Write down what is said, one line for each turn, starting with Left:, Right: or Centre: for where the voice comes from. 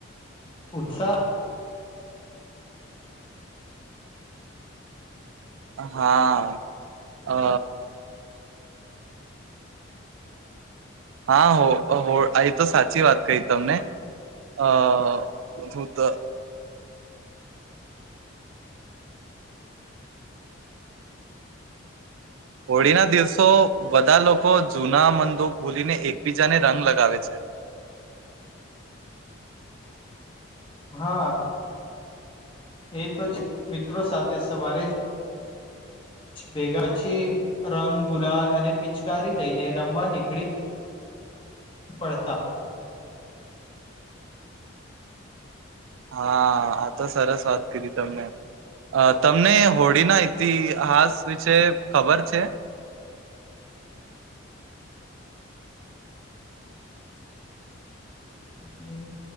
Left: ઉુત્છહ
Right: હા અ હા હો આ તો સાચી વાત કહી તમને અ હું તો હોળીના દિવસો બધા લોકો જૂના મંદૂક ભૂલીને એકબીજાને રંગ લગાવે છે
Left: હા એ તો મિત્રો સાથે સવારે ભેગા પછી રંગ ગુલાલ અને પિચકારી લઈને રમવા નીકળી પડતા
Right: હા આ તો સરસ વાત કીધી તમને તમને હોળીના ઈતિહાસ વિશે ખબર છે
Left: હમ